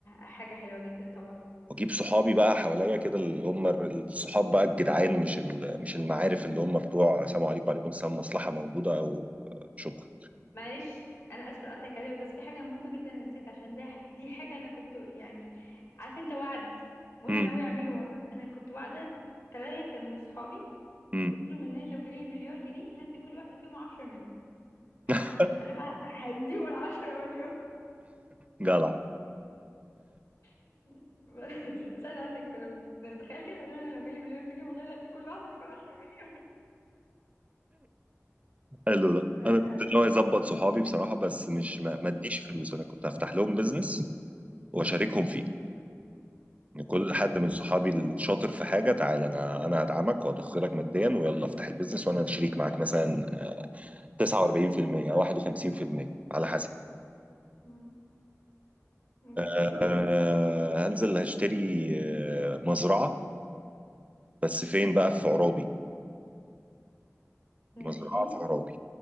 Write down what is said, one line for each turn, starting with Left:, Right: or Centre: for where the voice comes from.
Left: حاجه حلوه جدا طبعا
Right: واجيب صحابي بقى حواليا كده اللي هم الر- الصحاب بقى الجدعان مش ال- مش المعارف اللي هم بتوع سلام عليكم وعليكم السلام مصلحه موجوده او شكرا
Left: معلش انا اسفه لقطع كلامك بس في حاجه مهمه جدا انا نسيت عشان ده دي حاجه انا كنت يعني عارف انت وعد وانا
Right: امم
Left: ناويه اعمله والله. انا كنت وعده ثلاثه من صحابي
Right: امم
Left: قلت لهم ان انا لو جالي مليار جنيه هدي كل واحده فيهم 10 مليون ه-
Right: <laughs>
Left: انا بقى هديهم ال 10 مليون
Right: جدع
Left: <laughs> بس انا انا كنا بنتخيل كده فقلت لهم انا لو جالي مليار جنيه والله لا هدي كل واحده فيكم 10 مليون
Right: حلو ده
Left: <laughs> هديها
Right: انا كنت
Left: لهم
Right: ناوي اظبط صحابي بصراحه بس مش ما
Left: مم.
Right: ما اديش فلوس انا كنت هفتح لهم بزنس واشاركهم فيه ان
Left: اوكي
Right: كل حد من صحابي الشاطر في حاجه تعالى انا انا هدعمك وهضخ لك ماديا ويلا افتح البيزنس وانا شريك معاك مثلا 49% او 51% على حسب
Left: مم. اوكي
Right: أه هنزل هشتري آه، مزرعه بس فين بقى في عرابي
Left: ماشي
Right: مزرعه في عرابي